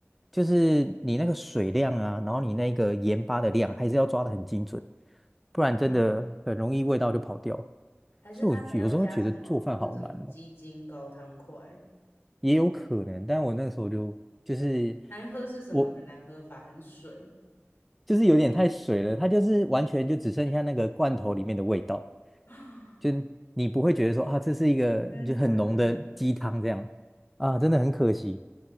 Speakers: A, in the centre; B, on the left (about 65°).
A: 就是你那个水量啊，然后你那个盐巴的量，还是要抓得很精准，不然真的很容易味道就跑掉。
B: 啊，还是它还要加什么那种鸡精高汤块？
A: 所以我有时候觉得做饭好难哦，也有可能，但我那个时候就就是
B: 难喝是什么个难喝法？
A: 我
B: 很水
A: 就是有点太水了，它就是完全就只剩下那个罐头里面的味道，
B: 啊！
A: 就你不会觉得说啊，这是一个就很浓的鸡汤这样啊，
B: <gasps> 天哪，
A: 真的很可惜。